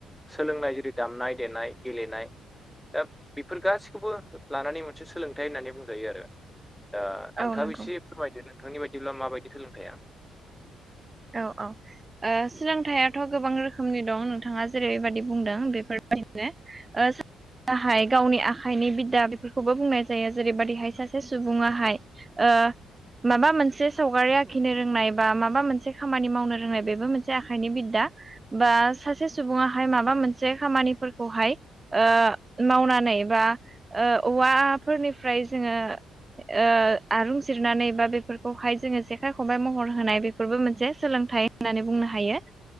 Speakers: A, in the centre; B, on the right (about 25°).
A: सोलोंनाय जेरै दामनाय देनाय, गेलेनाय दा बेफोर गासैखौबो लानानै मोनसे सोलोंथाइ होननानै बुंजायो आरो। ओ
B: औ
A: नोंथांङाबो
B: नंगौ
A: एसे फोरमायदो नोंथांनि बायदिब्ला माबायदि सोलोंथाया?
B: औ औ ओ सोलोंथाइआथ' गोबां रोखोमनि दं नोंथाङा जेरैबायदि बुंदों बेफोरबायदिनो ओ <inaudible> हाय गावनि आखाइनि बिददा बेफोर खौबो बुंनाय जायो जेरैबायदिहाय सासे सुबुंङाहाय ओ माबा मोनसे सावगारि आखिनो रोंनाय बा माबा मोनसे खामानि मावनो रोंनाय बेबो मोनसे आखाइनि बिद्दा बा सासे सुबुंङाहाय माबा मोनसे खामानिफोरखौहाय ओ मावनानै बा ओ औवाफोरनिफ्राय जोङो ओक्षआरुं जिरनानै बा बेफोरखौहाय जोंङो जेखाइ खंबाय महर होनाय बेफोरबो मोनसे सोलोंथाइ होननानै बुंनो हायो